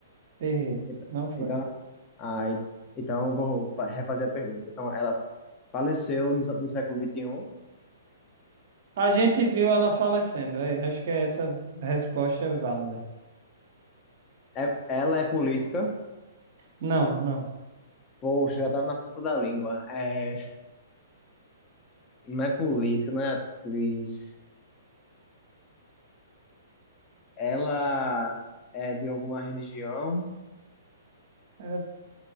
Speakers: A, on the right; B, on the left.
A: Errei.
B: Então,
A: Não foi.
B: então, ah, e- então vou fa- refazer a pergunta. Então, ela faleceu no, sé- no século XXI.
A: A gente viu ela falecendo. É, acho que essa resposta é válida.
B: É, ela é política.
A: Não, não.
B: Poxa, já estava na ponta da língua. É, não é política, não é atriz. Ela é de alguma religião.
A: É,